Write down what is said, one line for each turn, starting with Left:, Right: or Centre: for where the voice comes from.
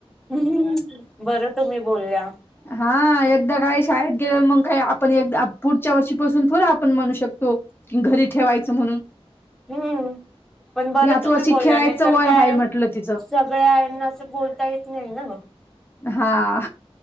Centre: हुं, हुं, हु बरं तुम्ही बोलल्या
Left: हा एकदा काय शाळेत गेलं मग काय आपण एकदा पुढच्या वर्षीपासून थोडं आपण म्हणू शकतो घरी ठेवायचं म्हणून
Centre: हम्म पण बरं
Left: याच
Centre: तुम्ही
Left: वर्षी
Centre: बोलला
Left: खेळायचं
Centre: नाही तर
Left: वय
Centre: काय
Left: आहे म्हटलं तिचं
Centre: सगळ्याना असं बोलता येत नाही ना
Left: हा